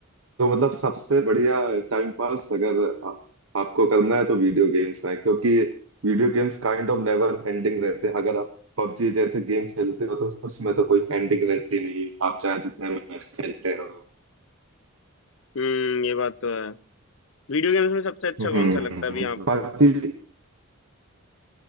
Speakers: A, on the right; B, on the left.
A: तो मतलब सबसे बढ़िया टाइम पास अगर आप, आपको करना है तो वीडियो गेम्स है क्योंकि video games kind of never ending रहते हैं अगर आप पबजी जैसे गेम खेलते हो तो उसमें तो कोई एंडिंग रहती नहीं है। आप चाहे जितने मैच खेलते रहो
B: हम्म, ये बात तो है वीडियो गेम्स में सबसे अच्छा
A: हम्म
B: कौन सा लगता है अभी आपको
A: बाकी